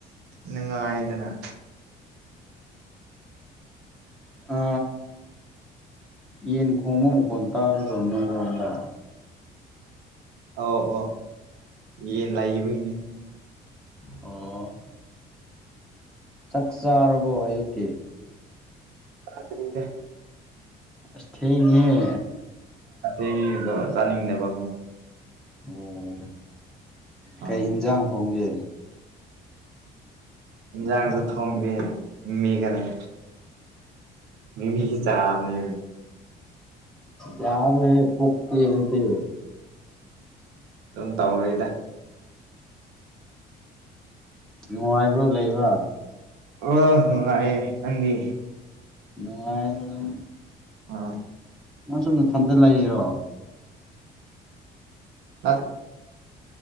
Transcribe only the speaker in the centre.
ꯑ ꯌꯦ ꯀꯨꯝꯃꯝ ꯀ ꯇꯥꯕꯗꯣ ꯅꯔꯣꯪꯂ
ꯑꯣ ꯆꯥꯛ ꯆꯥꯔꯕꯣ ꯑꯌꯨꯛꯀꯤ
ꯑꯁ ꯊꯦꯡꯉꯦꯍꯦ
ꯑꯣ
ꯀꯩ ꯍꯤꯟꯖꯥꯡ ꯊꯣꯡꯒꯦ
ꯌꯥꯅ ꯄꯨꯣꯛꯛꯇꯤꯂꯗꯤ
ꯅꯨꯡꯉꯥꯏꯔꯤꯕ꯭ꯔꯣ ꯂꯩꯕ
ꯅꯨꯡꯉꯥꯏꯔ ꯑꯗꯨ
ꯅꯪꯁꯨꯨꯝ ꯊꯟꯗ ꯂꯩꯔꯤꯔꯣ